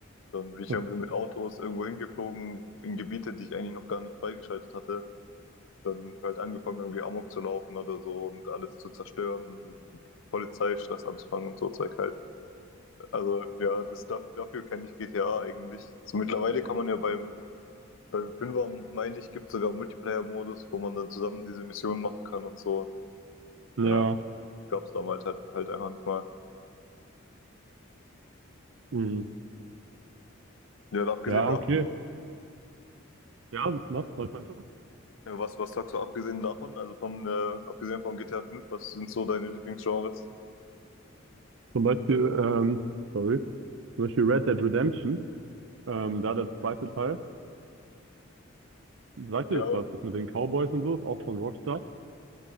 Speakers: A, on the left; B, on the right.
A: Dann bin ich
B: ja.
A: irgendwie mit Autos irgendwo hingeflogen, in Gebiete, die ich eigentlich noch gar nicht freigeschaltet hatte. Dann halt angefangen, irgendwie Amok zu laufen oder so und alles zu zerstören, Polizeistress anzufangen und so Zeug halt. Also ja, das, da- dafür kenne ich GTA eigentlich. So mittlerweile kann man ja beim, beim Fünfer, meine ich, gibt sogar Multiplayer-Modus, wo man dann zusammen diese Missionen machen kann und so.
B: Ja.
A: Ja, gab's damals halt, halt einfach nicht mal.
B: Mhm.
A: Ja, und abgesehen
B: Ja,
A: davon
B: okay. Ja, was, was meinst du?
A: Ja, Was, was sagst du abgesehen davon, also von, äh, abgesehen von GTA 5, was sind so deine Lieblingsgenres?
B: Zum Beispiel, ähm, sorry, zum Beispiel Red Dead Redemption, ähm, da der zweite Teil. Sagt
A: Ja,
B: dir das was? Das mit den Cowboys und so, ist auch von Rockstar.